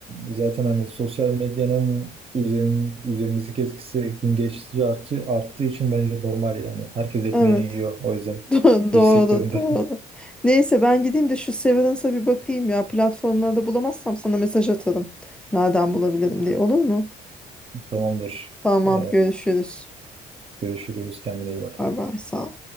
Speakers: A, on the right; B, in the centre.
A: zaten hani sosyal medyanın üzerin, üzerimizdeki etkisi gün geçtikçe arttı, arttığı için bence normal yani. Herkes ekmeğini
B: Evet.
A: yiyor o yüzden
B: <laughs> Do-
A: dizi
B: Doğru,
A: sektöründe.
B: doğru. Neyse ben gideyim de şu Severance'a bir bakayım ya. Platformlarda bulamazsam sana mesaj atarım. Nereden bulabilirim diye. Olur mu?
A: <laughs> Tamamdır.
B: Tamam,
A: Ee,
B: görüşürüz.
A: Görüşürüz. Kendine iyi bak.
B: Bay bay, sağ ol.